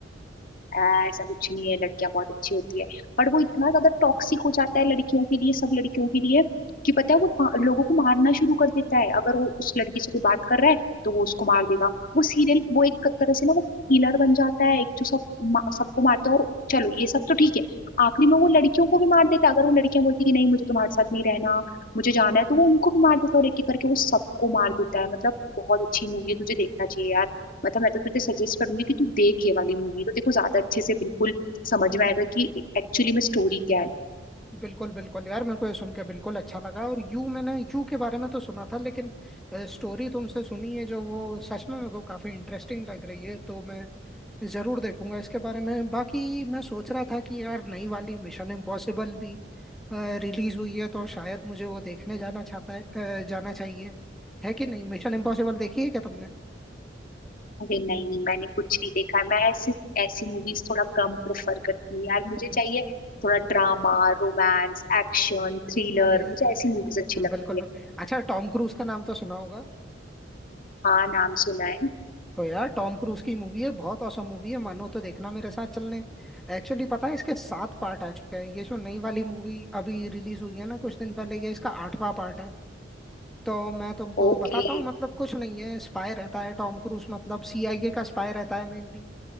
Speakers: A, on the left; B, in the centre.
A: "ऐ, ऐसा कुछ नहीं है लड़कियां बहुत अच्छी होती है पर वो इतना ज्यादा टॉक्सिक हो जाता है लड़कियों के लिए सब लड़कियों के लिए कि पता है वो पा- लोगों को मारना शुरू कर देता है अगर वो उस लड़की से कोई बात कर रहा है तो वो उसको मार देगा वो सीरियल वो एक तरह से ना वो किलर बन जाता है एक जो सब मा- सबको मारता है और चलो ये सब तो ठीक है आखिरी में वो लड़कियों को भी मार देता है अगर वो लड़कियां बोलती कि नहीं मुझे तुम्हारे साथ नहीं रहना मुझे जाना है तो वो उनको भी मार देता है और एक एक करके वो सबको मार देता है मतलब बहुत अच्छी मूवी है तुझे देखना चाहिए यार मतलब मैं तो तुझे सजेस्ट करूंगी कि तू देख ये वाली मूवी तो देखो ज्यादा अच्छे से बिल्कुल समझ में आएगा कि एक्चुअली में स्टोरी क्या है
B: बिल्कुल बिल्कुल यार मेरे को ये सुन के बिल्कुल अच्छा लगा और यू मैंने यू के बारे में तो सुना था लेकिन स्टोरी तुमसे सुनी है जो वो सच में मेरे को काफी इंटरेस्टिंग लग रही है तो मैं जरूर देखूंगा इसके बारे में बाकी मैं सोच रहा था कि यार नई वाली मिशन इम्पॉसिबल भी रिलीज हुई है तो शायद मुझे वो देखने जाना चाहता है अ, जाना चाहिए है कि नहीं मिशन इम्पॉसिबल देखी है क्या तुमने
A: अरे नहीं मैंने कुछ नहीं देखा है। मैं ऐसी ऐसी मूवीज थोड़ा कम प्रेफर करती हूँ यार मुझे
B: <clears throat>
A: चाहिए थोड़ा ड्रामा रोमांस एक्शन थ्रिलर
B: अरे अरे
A: मुझे
B: अरे
A: ऐसी
B: अरे,
A: मूवीज अच्छी लगती
B: बिल्कुल
A: है
B: बिल्कुल अच्छा टॉम क्रूज का नाम तो सुना होगा
A: हाँ नाम सुना है
B: तो यार टॉम क्रूज की मूवी है बहुत औसम मूवी है मानो तो देखना मेरे साथ चलने एक्चुअली पता है इसके सात पार्ट आ चुके हैं ये जो नई वाली मूवी अभी रिलीज हुई है ना कुछ दिन पहले ये इसका आठवां पार्ट है तो मैं तुमको
A: ओके
B: बताता हूँ मतलब कुछ नहीं है स्पाई रहता है टॉम क्रूज मतलब सीआईए का स्पाई रहता है मेनली